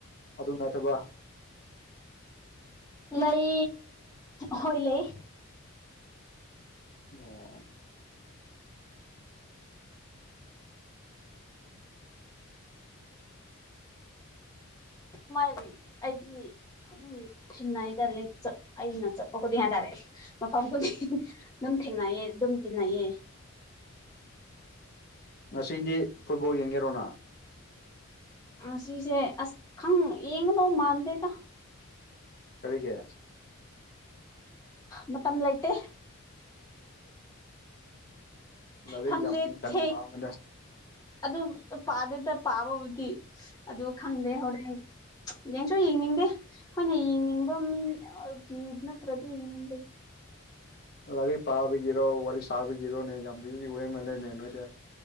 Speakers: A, on the left (about 45°); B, on the left (about 15°).
A: ꯑꯗꯣꯝ ꯁꯥꯢꯠꯇꯕꯣ
B: ꯂꯩ ꯍꯣꯏ ꯂꯩ
A: ꯑꯣ
B: ꯁꯃꯥꯏ <unintelligible> ꯑꯩꯗꯤ ꯑꯗꯨꯝ ꯊꯦꯡꯅꯩꯏꯗ ꯂꯦꯡꯆꯠ ꯑꯩꯅ ꯆꯠꯄ ꯈꯨꯗꯤꯡ ꯍꯥꯏꯇꯥꯔꯦ ꯃꯐꯝ ꯈꯨꯗꯤꯡ ꯑꯗꯨꯝ ꯊꯦꯡꯅꯩꯌꯦ ꯑꯗꯨꯝ ꯇꯤꯟꯅꯩꯌꯦ
A: ꯉꯁꯤꯗꯤ ꯐꯨꯠꯕꯣꯜ ꯌꯦꯡꯒꯦꯔꯣ ꯅꯪ
B: ꯉꯁꯤꯁꯦ ꯑꯁ ꯈꯪ ꯌꯦꯡꯒꯗꯧ ꯃꯥꯟꯗꯦꯗ
A: ꯀꯔꯤꯒꯤ
B: ꯃꯇꯝ ꯂꯩꯇꯦ
A: ꯂꯂꯩ
B: ꯈꯪꯗꯦ
A: ꯌꯥꯝ ꯌꯥꯝ
B: ꯊꯦꯡ
A: ꯄꯥꯝꯕꯅꯦ
B: ꯑꯗꯨ ꯄꯥꯗꯦꯗ ꯄꯥꯕꯕꯨꯗꯤ ꯑꯗꫭ ꯈꯪꯗꯦ ꯍꯣꯔꯦꯟ ꯌꯦꯡꯁꯨ ꯌꯦꯡꯅꯤꯡꯗꯦ ꯑꯩꯈꯣꯏꯅ ꯌꯦꯡꯅꯤꯡꯕ ꯃꯤ ꯒꯤ ꯅꯠꯇ꯭ꯔꯗꯤ ꯌꯦꯡꯅꯤꯡꯗꯦ
A: ꯂꯥꯏꯔꯤꯛ ꯄꯥꯕꯤꯒꯤꯔꯣ ꯋꯥꯔꯤ ꯁꯥꯕꯒꯤꯔꯣꯅꯦ ꯌꯥꯝ ꯕꯤꯖꯤ ꯑꯔꯦꯝꯃꯜꯂꯦꯅꯦ ꯅꯣꯏꯁꯦ